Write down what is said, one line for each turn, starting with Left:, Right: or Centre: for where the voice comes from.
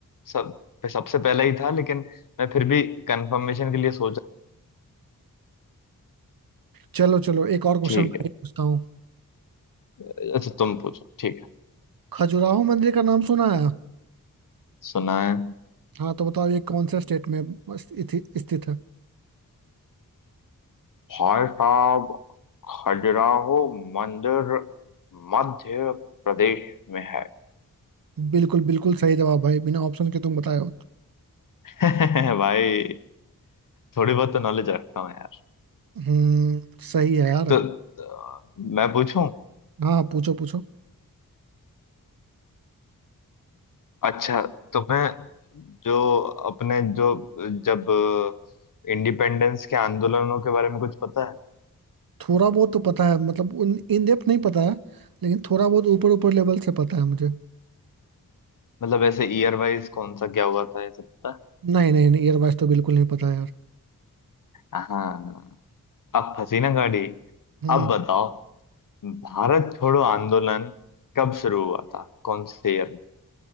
Left: सब सबसे पहले ही था लेकिन मैं फिर भी कंफर्मेशन के लिए सोचा
Right: चलो चलो एक और क्वेश्चन
Left: ठीक
Right: मैं ये पूछता हूँ
Left: है अच्छा तुम पूछो ठीक है
Right: खजुराहो मंदिर का नाम सुना है
Left: सुना है
Right: हाँ तो बताओ ये कौन से स्टेट में स्थि- स्थित है
Left: भाई साहब खजुराहो मंदिर मध्य प्रदेश में है
Right: बिल्कुल बिल्कुल सही जवाब भाई बिना ऑप्शन के तुम बताए हो तो।
Left: <laughs> भाई थोड़ी बहुत तो नॉलेज रखता हूँ यार
Right: हम्म सही है यार
Left: तो, तो मैं पूछूं
Right: हाँ हाँ, पूछो पूछो
Left: अच्छा तो मैं जो अपने जो जब इंडिपेंडेंस के आंदोलनों के बारे में कुछ पता है
Right: थोड़ा बहुत तो पता है मतलब उन इन डेप्थ नहीं पता है लेकिन थोड़ा बहुत ऊपर ऊपर लेवल से पता है मुझे
Left: मतलब ऐसे ईयर वाइज कौन सा क्या हुआ था ये सब पता
Right: नहीं नहीं नहीं ईयरवाइज तो बिल्कुल नहीं पता है यार
Left: है हाँ अब फंसी ना गाड़ी
Right: हम्म
Left: अब बताओ भारत छोड़ो आंदोलन कब शुरू हुआ था कौन से ईयर में